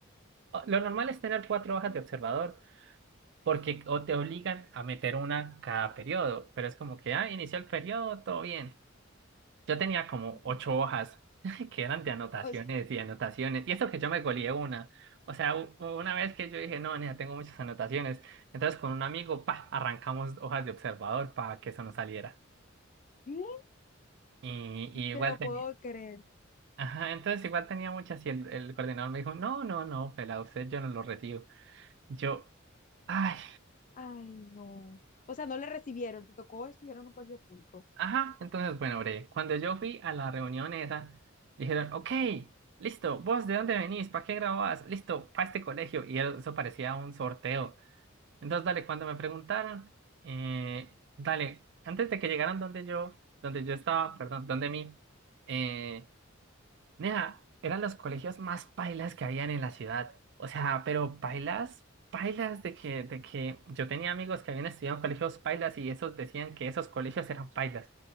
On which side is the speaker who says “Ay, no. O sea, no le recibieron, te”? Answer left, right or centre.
Left